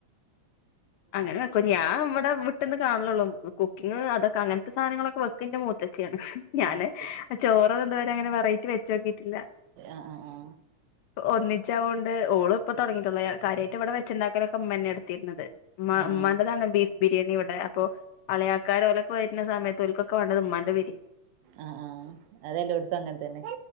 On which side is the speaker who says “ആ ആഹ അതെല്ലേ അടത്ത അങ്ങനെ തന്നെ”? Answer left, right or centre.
Right